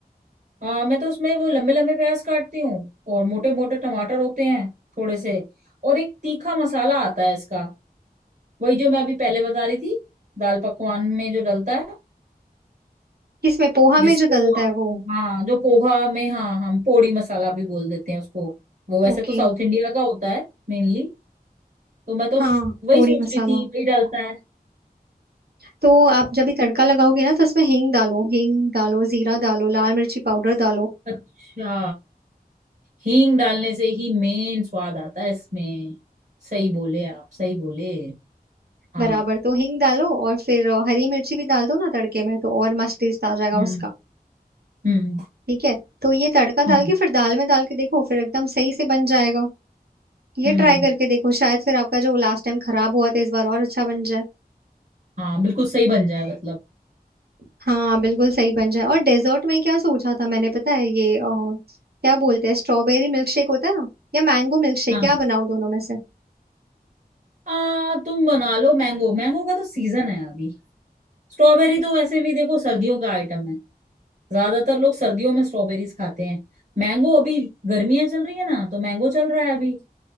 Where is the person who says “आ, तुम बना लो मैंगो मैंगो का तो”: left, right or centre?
Right